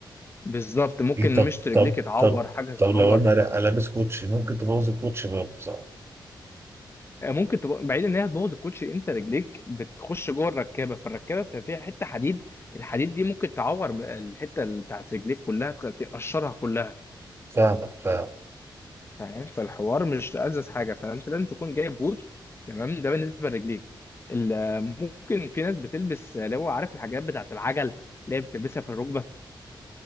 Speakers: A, on the left; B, on the right.
A: بالظبط ممكن
B: ايه طب
A: مشط رجليك
B: طب
A: يتعور
B: طب
A: حاجه تتعور
B: طب لو انا لا- لابس كوتشي ممكن تبوظ الكوتشي برضه صح
A: آه، ممكن تبقى بعيد ان هي تبوظ الكوتشي انت رجليك بتخش جوه الركابه فالركابه بتبقى فيها حته حديد الحديد دي ممكن تعور الحته بتاعت رجليك كلها تقشرها كلها
B: فاهمك فاهم
A: فاهم فالحوار مش ألذذ حاجه فانت لازم تكون جايب بوت تمام ده بالنسبه لرجليك ال- ممكن في ناس بتلبس اللي هو عارف الحاجات بتاعت العجل اللي هي بتلبسها في الركبه